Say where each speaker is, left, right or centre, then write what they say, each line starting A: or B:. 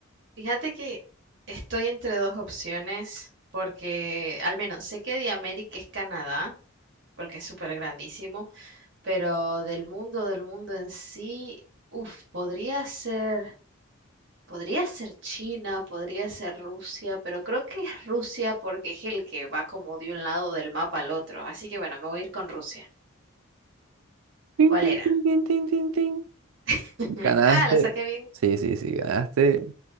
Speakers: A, on the right (about 55°); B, on the right (about 75°).
A: Fíjate que estoy entre dos opciones porque al menos sé que de América es Canadá, porque es súper grandísimo. Pero del mundo, del mundo en sí, uff, podría ser, podría ser China, podría ser Rusia, pero creo que <laughs> es Rusia porque es el que va como de un lado del mapa al otro. Así que bueno, me voy a ir con Rusia.
B: Tin,
A: ¿Cuál
B: tin,
A: era?
B: tin, tin, tin, tin, tin.
A: <laughs>
B: Ganaste.
A: Ah, la saqué bien.
B: Sí, sí, sí, ganaste.